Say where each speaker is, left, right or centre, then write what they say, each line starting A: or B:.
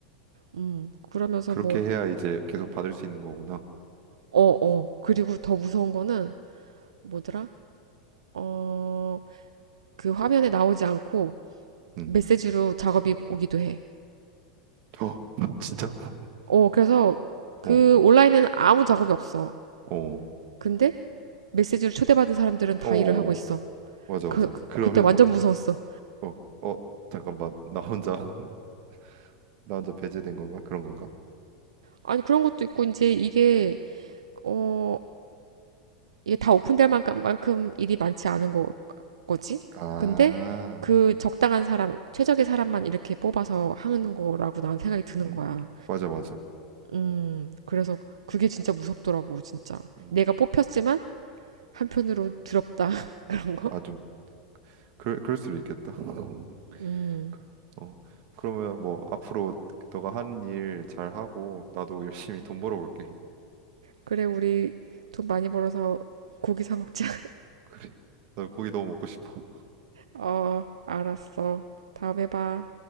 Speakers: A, on the right (about 85°); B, on the right (about 55°).
A: 음, 그러면서
B: 그렇게
A: 뭐,
B: 해야 이제 계속 받을 수 있는 거구나.
A: 어, 어. 그리고 더 무서운 거는 뭐더라? 어, 그 화면에 나오지 않고
B: 음.
A: 메시지로 작업이 오기도 해.
B: 어, <laughs> 진짜? <laughs>
A: 어, 그래서 그
B: 어,
A: 온라인에는 아무 작업이 없어.
B: 어,
A: 근데 메시지로 초대받은 사람들은 다
B: 어,
A: 일을 하고 있어.
B: 맞아,
A: 그,
B: 맞아.
A: 그-
B: 그러면,
A: 그때 완전
B: <laughs>
A: 무서웠어.
B: 어, 어, 잠깐만. 나 혼자, <laughs> 나 혼자 배제된 건가? 그런 건가?
A: 아니, 그런 것도 있고, 이제 이게, 어, 이게 다 오픈될 만큼, 만큼 일이 많지 않은 거, 거지?
B: 아,
A: 근데 그 적당한 사람, 최적의 사람만 이렇게 뽑아서 하는 거라고 나는 생각이 드는
B: 음,
A: 거야.
B: 맞아, 맞아.
A: 음, 그래서 그게 진짜 무섭더라고, 진짜.
B: 음,
A: 내가 뽑혔지만 한편으로 두렵다, <laughs> 그런 거.
B: 아, 좀, 그럴, 그럴 수도 있겠다. <laughs>
A: 음,
B: 그- 어, 그러면 뭐 앞으로 너가 하는 일 잘하고 나도 열심히 돈 벌어볼게.
A: 그래, 우리 돈 많이 벌어서 고기 사 먹자. <laughs>
B: 그래. <laughs> 나 고기 너무 먹고 싶어.
A: 어, 알았어. 다음에 봐.